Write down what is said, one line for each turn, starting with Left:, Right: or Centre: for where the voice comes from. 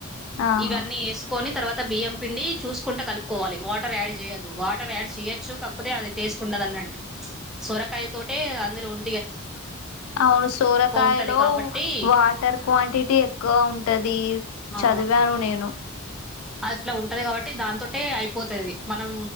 Left: ఆహా
Centre: ఇవన్నీ వేసుకొని తర్వాత బియ్యం పిండి చసుకుంటే కలుపుకోవాలి వాటర్ యాడ్ చేయదు వాటర్ యాడ్ చేయచ్చు కాకపోతే అది టేస్ట్ ఉండదు న్నట్టు సొరకాయల తోటే అందరుూ ఉం
Left: అవును సోరకాయలో
Centre: ఉంటది కాబట్టి
Left: వాటర్ క్వాంటిటీ ఎక్కువ ఉంటది చ
Centre: ఆ
Left: చదివాను నేను
Centre: అట్లా ఉంటది కాబట్టి దాంతోటే అయిపోతుదిది మనం